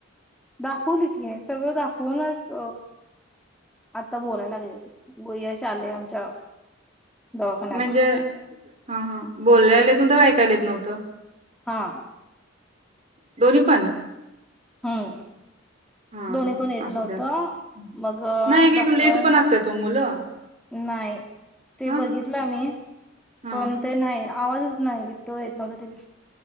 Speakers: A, in the centre; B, on the right.
A: दाखवली क सगळं दाखवूनच आता बोलायला गगेली ते गु यश आले आमच्या दवाखान्याला
B: म्हणजे हा हा बोोलयला येत नव्हतं का ऐकायला येत नव्हतं
A: हा
B: दो् पण
A: हम
B: हा
A: दोन्ही
B: हा
A: पण येत
B: असू
A: नव्हतं
B: द्या असू दे.
A: मग
B: नाही एक
A: डॉक्टर
B: एक लेट पण असतात ओ मुलं
A: नाही ते
B: हा
A: बघित ला मही
B: हा
A: पण ते नाही आवाजच नाही तो येत नझ तिला